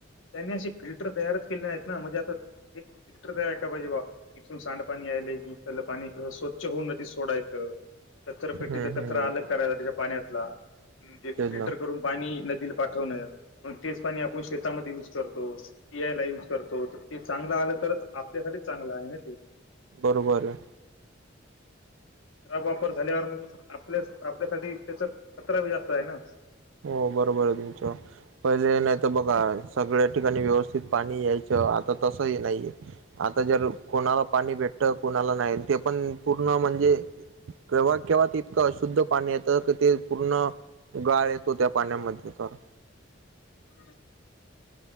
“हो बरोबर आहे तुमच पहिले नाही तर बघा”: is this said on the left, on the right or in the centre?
Right